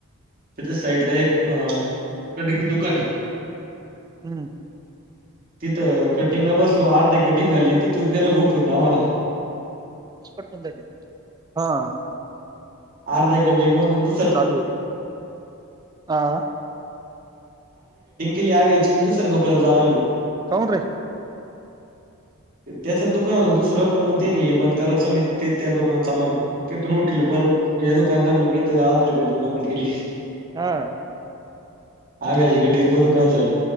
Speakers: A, on the right (about 40°); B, on the right (about 15°).
A: त्याच्या साईइड ला एक अ कटिंग दुकान ये.
B: हम्म.
A: तिथं कटिंग ला बसलो आर्धीर कटिंग झाली तिथ - त नेल <unintelligible> आम्हाला
B: हॉट - स्पॉट बंद हाय वाटते. हां.
A: आर्धे कटिंग मधून-
B: चालू आहे. हां,
A: <unintelligible> यबयडझ
B: काौन र्री
A: त्याच दुकान होत दुसरं पण म ते नाही हे बंद करायचं आणि ते त्या दुकान चालव मग तेथून उटल परत य कारयणा मी कमपलीट केली
B: हा
A: हा माजेकडे नो दु काात झाली